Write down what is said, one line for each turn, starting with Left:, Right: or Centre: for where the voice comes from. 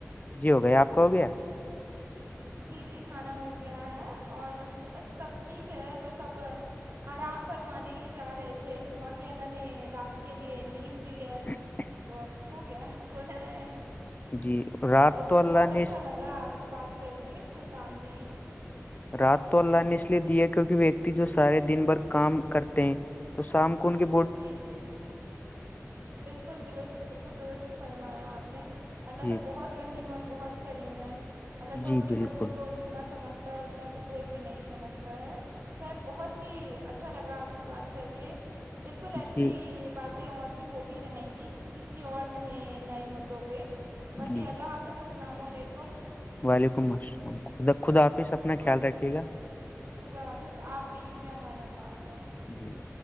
Left: جی ہو گیا آپ کا ہو گیا
Right: جی جی کھانا ہو گیا ہے اور بس سب ٹھیک ہے بس آپ آرام فرمانے ہی جا رہے تھے باقی اللہ نے رات کے لیے نیند دی ہے
Left: اچ
Right: تو اب ہو گیا سونا ہے
Left: جی رات
Right: تو
Left: اللہ
Right: بہت
Left: نے
Right: اچھا لگا آپ سے بات کر کے خسام دی
Left: رات تو اللہ نے اس لیے دی ہے کیونک ویکتی جو سارے دن بھر کام کرتے ہیں تو شام کو ان کے
Right: جی جی جی بالکل بالل بالکل درست فرمایا آپ نے اللہ
Left: جی
Right: تو بہت رحیم اور بہت کریم ہے اللہ تو
Left: جی
Right: اپنے
Left: بالکل
Right: بندوں کو جتنا سمجھ تا انا تو کوئی بھی نہیں سمجھتا ہے خیر بہت ہی اچھا لگا آپ سے بات کر کے بالکل
Left: جی
Right: ایسی بات اور بھی ہوتی رہیں گی کسی اور نئے نئے مدعوں پہ باقی
Left: جی
Right: اللہ آپ ا السلام علیکم
Left: وعلیکم السلام خدا خود آپ ہیس اپنا
Right: اوکے
Left: خیال رکھیے گا
Right: خدا حافظ آپ بھی عفی امان اللہ حاظ
Left: جی